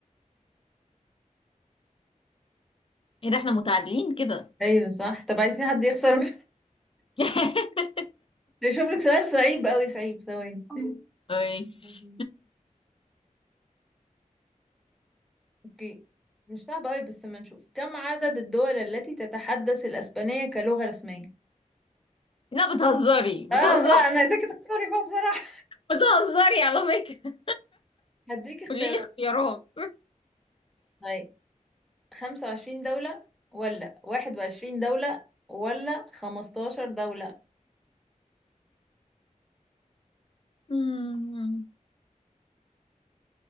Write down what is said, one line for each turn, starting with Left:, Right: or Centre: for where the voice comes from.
Left: ايه ده احنا متعادلين كده
Centre: ايوه صح طب عايزين حد يخسر <laughs>
Left: <laughs>
Centre: يشوف لك سؤال صعيب قوي صعيب ثواني
Left: ماشي
Centre: <laughs> اوكي مش صعب قوي بس ما نشوف كم عدد الدول التي تتحدث الاسبانية كلغة رسمية
Left: لا بتهزري بتهزري
Centre: اه بقى انا عايزاكي تخسري بقى بصراحة
Left: <laughs> بتهزري على فكرة
Centre: <laughs> هديك اختيارات
Left: قولي لي اختيارات
Centre: طيب خمسة وعشرين دولة ولا واحد وعشرين دولة ولا خمستاشر دولة
Left: مم.